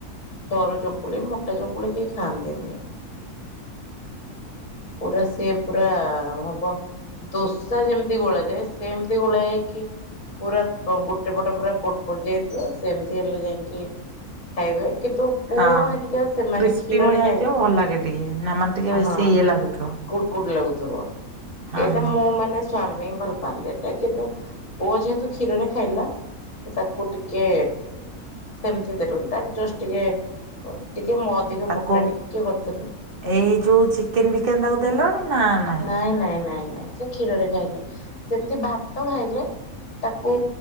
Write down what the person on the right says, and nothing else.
ହଁ
କ୍ରିସ୍ପି
ଭଳିଆ
ହେଇଥିବ ଭଲ ଲାଗେ ଟିକେ ନା ମାନେ ଟିକେ
ବେଶୀ
ଇଏ ଲାଗୁଥିବ
ହଁ
ତାକୁ
ଏଇ ଯୋଉ ଚିକେନ୍ ବିକେନ୍ ତାକୁ ଦେଲଣି ନା ନାଇଁ?